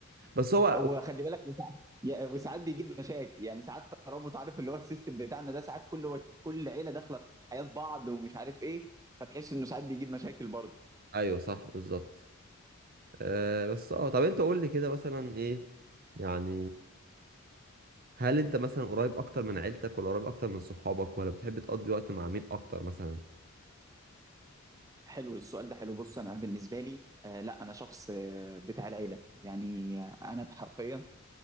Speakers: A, on the right; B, on the right.
A: بس هو
B: وخلي بالك وساعات يا- وساعات بيجيب مشاكل يعني ساعات ترابط عارف اللي هو السيستم بتاعنا ده ساعات كل كل عيلة داخلة في حياة بعض ومش عارف ايه فتحس انه ساعات بيجيب مشاكل برضه
A: ايوه صح بالظبط أه بس اه طب انت قول لي كده مثلا ايه يعني هل انت مثلا قريب اكتر من عيلتك ولا قريب اكتر من صحابك ولا بتحب تقضي وقت مع مين اكتر مثلا
B: حلو السؤال ده حلو بص انا بالنسبة لي آه لا انا شخص آه بتاع العيلة يعني آه، انا بحرفية